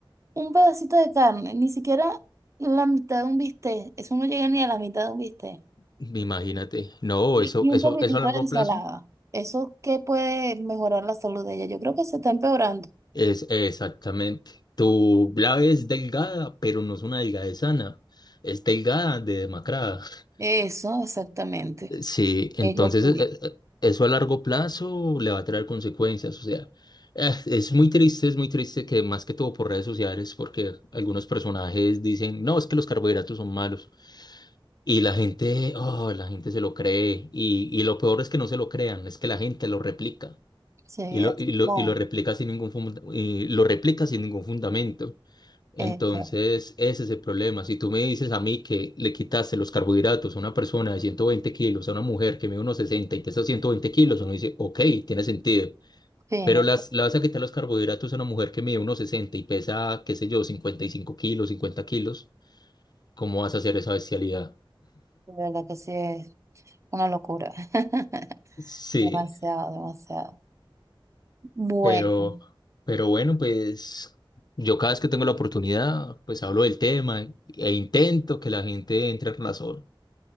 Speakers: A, on the right; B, on the left.
A: un pedacito de carne, ni siquiera la mitad de un bistec. Eso no llega ni a la mitad de un bistec.
B: imagínate. No,
A: Y,
B: eso,
A: y un
B: eso,
A: poquitito
B: eso a largo
A: de ensalada.
B: plazo.
A: ¿Eso qué puede mejorar la salud de ella? Yo creo que se está empeorando.
B: Es exactamente. Tu blave es delgada, pero no es una delgadez sana. Es delgada de demacrada. <laughs>
A: Eso, exactamente.
B: Sí, entonces
A: Es lo que vi.
B: eh, eh, eso a largo plazo le va a traer consecuencias. O sea, eh, es muy triste, es muy triste que más que todo por redes sociales, porque algunos personajes dicen, no, es que los carbohidratos son malos. Y la gente, oh, la gente se lo cree. Y, y lo peor es que no se lo crean, es que la gente lo replica.
A: Sí,
B: Y lo,
A: es
B: y lo,
A: como
B: y lo replica sin ningún funda- y lo replica sin ningún fundamento. Entonces,
A: eso.
B: ese es el problema. Si tú me dices a mí que le quitaste los carbohidratos a una persona de 120 kilos, a una mujer que mide unos 60 y pesa 120 kilos, uno dice, ok, tiene sentido.
A: Sí,
B: Pero
A: no.
B: las, le vas a quitar los carbohidratos a una mujer que mide unos 60 y pesa, qué sé yo, 55 kilos, 50 kilos, ¿cómo vas a hacer esa bestialidad?
A: de verdad que sí es una locura. <laughs>
B: Sí,
A: Demasiado, demasiado. Bueno,
B: pero, pero bueno, pues yo cada vez que tengo la oportunidad, pues hablo del tema e intento que la gente entre en razón.